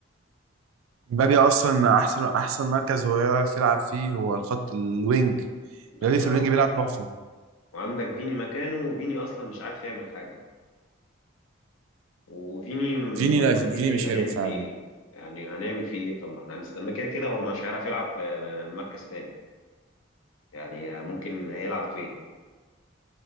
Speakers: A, on the right; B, on the left.
A: مبابي اصلا احسن احسن مركز هو يعرف يلعب فيه هو الخط الوينج
B: بالظبط
A: مبابي في الوينج بيلعب تحفه
B: وعندك فيني مكانه وفيني اصلا مش عارف يعمل حاجه وفيني م-
A: فيني
B: م- هنوديه
A: لا فيني
B: فين
A: مش
B: هنعمل
A: حلو فعلا
B: فيه ايه يعني هنعمل فيه ايه طب ما احنا هنستناه كده كده هو مش هيعرف يلعب في مركز تاني يعني ممكن هيلعب فين